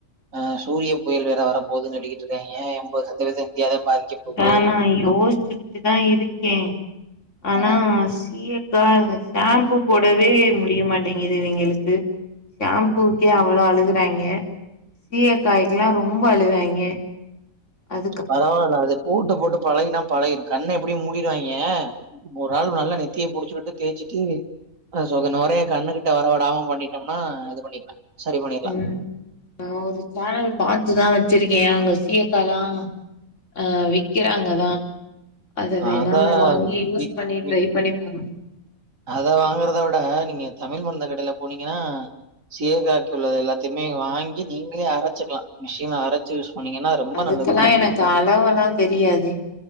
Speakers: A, on the right; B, on the left.
A: ஆஹ் சூரிய புயல் வேற வர போகுதுன்னு நடிக்கிட்டு இருக்காங்க என்து இந்த இந்தியாவ தான் பாதிக்கப் போகுது
B: ஆ நா யோசிச்சுக்கிட்டு தான் இருக்கேன் ஆனா
A: அ
B: சீயக்கா ஷாம்பூ போடவே முடியமாட்டேங்குது இவிங்களுக்கு. ஷாம்பூக்கே அவ்ளோ அழுகுறாய்ங்க சீயக்காய்கெல்லாம் ரொம்ப அழுவாய்ங்க அது
A: பரவால்ல அது போட்டு போட்டு பழகினா பழகிரும் கண்ண எப்டியும் மூடிருவாய்ங்கே ஒரு ஆள் நல்லா நெத்திய புடிச்சுட்டு தேய்ச்சிட்டு <unintelligible> நொரைய கண்ணுக்கிட்ட வரவிடாம இது பண்ணிட்டோம்னா இது பண்ணிக்கலா சரி பண்ணிடலா
B: ம் நா ஒரு சேனல் பாத் பாத்துதா வச்சிருக்கே அவுங்க சீயக்காயலாம் ஆ விக்கிறாங்கதா அத
A: அதா
B: வேண்ணா வாங்கி யூஸ்
A: விக்
B: பண்ணி
A: விக்
B: ட்ரை பண்ணி பாக்கணு
A: அத வாங்குறத விட நீங்க தமிழ் மருந்து கடையில போனீங்கன்னா சீயக்காத்தூளு எல்லாத்தையுமே வாங்கி நீங்களே அரைச்சுக்கலா மிஷின்ல அரைச்சு பண்ணீங்கன்னா ரொம்ப
B: அதுக்கெல்லா
A: நல்லது
B: எனக்கு அளவெல்லா தெரியாது